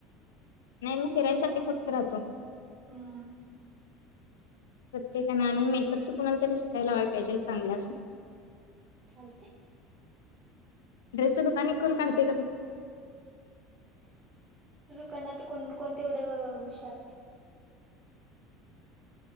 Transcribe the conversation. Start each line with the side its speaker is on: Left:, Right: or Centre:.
Left: नाही मग फिरायसाठी फक्त राहतो.
Right: हम्म
Left: प्रत्येक आणि मेकअपच कुणा तरी शिकाय लावाय पाहिजे चांगलं असं.
Right: चालतंय.
Left: ड्रेस दुकान एक कोन काढतय काय बग.
Right: कणात कोन कोन तेवढ हुशार.